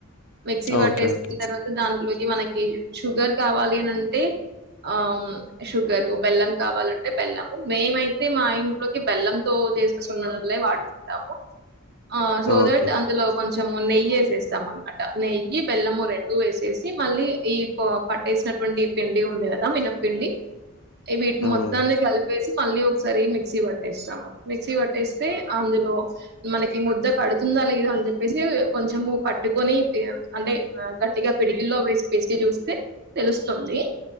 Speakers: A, on the right; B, on the left.
A: మిక్సీ పట్టేసిన
B: ఓకే ఓకే
A: తర్వాత దాంలోకి మనకి షుగర్ కావాలి అని అంటే ఆ షుగరు బెల్లం కావాలంటే బెల్లం మేమయితే మా ఇంట్లోకి బెల్లంతో ఇంట్లో చేసిన సునుండలే వాడుకుంటాము ఆ సో
B: ఓకే
A: థట్ అందులో కొంచెం కొంచెము నెయ్యి ఏసేస్తాం అనమాట నెయ్యి బెల్లము రెండు వేసేసి మళ్ళీ ఈ పో పట్టేసినటువంటి పిండి ఉంది కదా మినపిండి ఏవిటి నీ
B: అవును
A: మొత్తాన్ని కలిపేసి మళ్ళీ ఒకసారి మిక్సీ పట్టేస్తాను మిక్సీ పట్టేస్తే అందులో మనకి ముద్ద కడుతుంది కలిద అని చెప్పేసి కొంచెము కట్టుకొని అంటే గట్టిగా పిడికిల్లో వేసి పిసికి చూస్తే తెలుస్తుంది